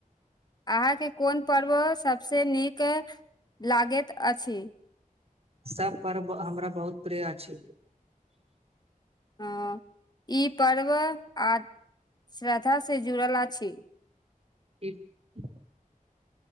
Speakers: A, on the left; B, on the right.
A: अहाँके कोन पर्व सभसँ नीक लागैत अछि।
B: सभ पर्व हमरा बहुत प्रिय अछि।
A: ह ई पर्व आ श्रद् से जुड़ल छी।
B: एकठ।